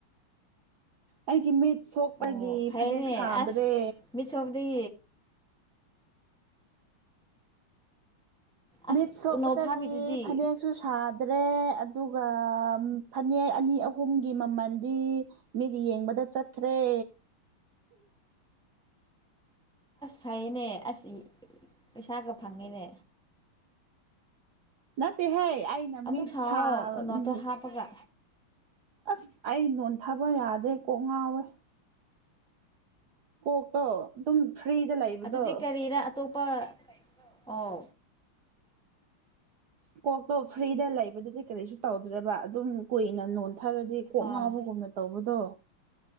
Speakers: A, on the right; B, in the centre.
A: ꯑꯩꯒꯤ ꯃꯤꯠ ꯁꯣꯛꯄꯒꯤ
B: ꯑꯣ ꯐꯩꯅꯦ
A: ꯐꯅꯦꯛ ꯁꯥꯗ꯭ꯔꯦ
B: ꯑꯁ ꯃꯤꯠ ꯁꯣꯞꯗꯤ ꯑꯁ
A: ꯃꯤꯠ ꯁꯣꯛꯄꯗꯒꯤ
B: ꯎꯅꯣꯞ ꯍꯥꯞꯄꯤꯗꯨꯗꯤ
A: ꯐꯅꯦꯛꯁꯨ ꯁꯥ ꯗꯔ꯭ꯦ ꯑꯗꯨꯒ ꯐꯅꯦꯛ ꯑꯅꯤ ꯑꯍꯨꯝ ꯃꯃꯜꯗꯤ ꯃꯤꯗꯤ ꯌꯦꯡꯕꯗꯥ ꯆꯠꯈꯔꯦ
B: ꯐꯩꯅꯦ ꯑꯁ ꯄꯩꯁꯥꯒ ꯐꯪꯉꯦꯅꯦ
A: ꯅꯠꯇꯦꯍꯦ ꯑꯩꯅ
B: ꯑꯃꯨꯛ
A: ꯃꯤꯠ
B: ꯁꯥꯑꯣ
A: ꯁꯥ
B: ꯎꯅꯣꯞꯇꯣ
A: ꯎꯝ
B: ꯍꯥꯞꯄꯒ
A: ꯑꯁ ꯑꯩ ꯅꯣꯟꯊꯥꯕ ꯌꯥꯗꯦ ꯀꯣꯛ ꯉꯥꯎꯋꯦ ꯀꯣꯛꯇꯣ ꯑꯗꯨꯝ ꯐ꯭ꯔꯤꯗ ꯂꯩꯕꯗꯣ
B: ꯑꯗꯨꯗꯤ ꯀꯔꯤꯔꯥ ꯑꯇꯣꯞꯄ ꯑꯣ
A: ꯀꯣꯛꯇꯣ ꯐ꯭ꯔꯤꯗ ꯂꯩꯕꯗꯨꯗꯤ ꯀꯔꯤꯁꯨ ꯇꯧꯗ꯭ꯔꯕ ꯑꯗꯨꯝ ꯀꯨꯏꯅ ꯅꯣꯟ ꯊꯔꯗꯤ ꯀꯣꯛ
B: ꯑꯥ
A: ꯉꯥꯎꯕꯒꯨꯝꯅ ꯇꯧꯕꯗꯣ